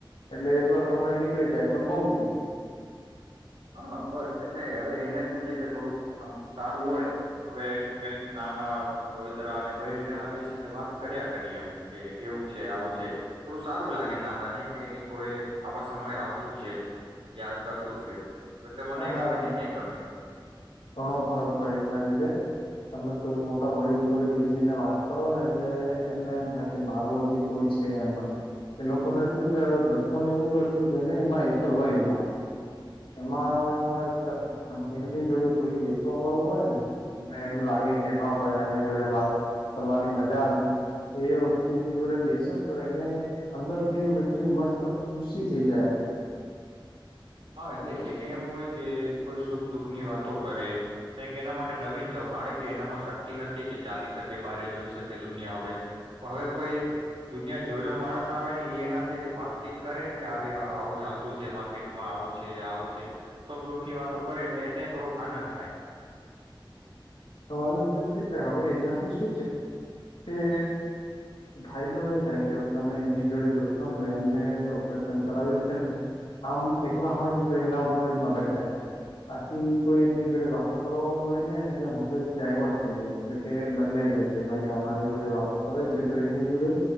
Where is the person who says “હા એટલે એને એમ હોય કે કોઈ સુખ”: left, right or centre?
Right